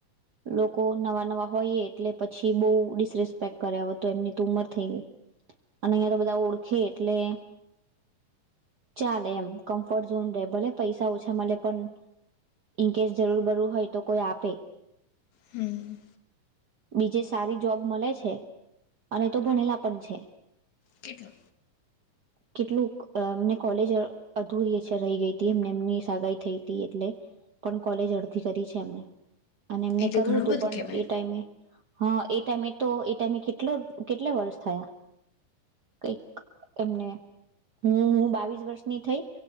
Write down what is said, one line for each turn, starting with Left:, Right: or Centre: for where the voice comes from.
Right: લો કો નવા નવા હોઈએ એટલે. પછી બહ ડિસરેસ્પેક્ટ કરે તો એમની ત ઉમર થઈ ગઈ અને અહિયાં તો બધા ઓળખે એટલે ચાલે એમ કમ્ફર્ટ ઝોન રે ભલે. પૈસા ઓછા મળે પણ ઇન કેસ જરૂર બરું હોય તો કોઈ આપે,
Left: હમ
Right: બીજે સારી જોબ મળે છે અને તો ભણેલા પણ છે.
Left: કેટલો?
Right: કેટલું એમને કોલેજ અધૂરી છે રહી ગઈ હતી એમને એમની સગાાઈ થઈ હતી એટલે પણ કોલેજ અડધી કરી છે એમને. અને એમને
Left: એટલે
Right: કરવું
Left: ઘણું
Right: હતું
Left: બધું
Right: પણ
Left: કેહેવાય
Right: એ ટાઈમે. હા એ ટાઈમે તો એ ટાઈમે કેટલો કેટલા વર્ષ થયા કઈક એમને. હું હું બાવીસ વર્ષની થઈ